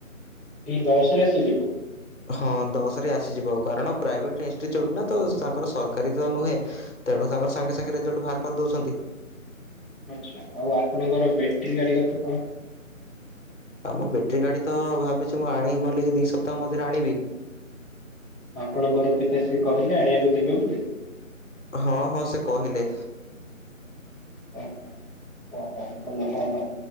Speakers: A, in the centre; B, on the left (about 60°).
A: ଏଇ ଦଶରେ ଆସି ଯିବ।
B: ହଁ ଦଶରେ ଆସିଯିବ କାରଣ ପ୍ରାଇଭେଟ୍ ଇନଷ୍ଟିଚ୍ୟୁଟ୍ ନା ତ ତାଙ୍କର ସରକାରୀ ତ ନୁହେଁ। ତେଣୁ ତାଙ୍କର ସାଙ୍ଗେ ସାଙ୍ଗେ ରେଜଲ୍ଟ ବାହାର କରିଦଉଛନ୍ତି।
A: ଆଚ୍ଛା ଆଉ ଆପଣଙ୍କର ବେଟିରୀ ଗାଡି କଥା କଣ?
B: ଆଉ ମୁଁ ବେଟିରୀ ଗାଡ଼ି ତ ଭାବିଛି ମୁଁ ଆଣିବି ବୋଲି ଦୁଇ ସପ୍ତାହ ମଧ୍ୟରେ ଆଣିବି।
A: ଆପଣଙ୍କର ପିତାଶ୍ରୀ କହିଲେ ଆଣିବାକୁ ଦେବେ ବୋଲି।
B: ହଁ, ହଁ ସେ କହିଲେ।
A: ଓହୋ ଓହୋ ଭଲ ଭଲ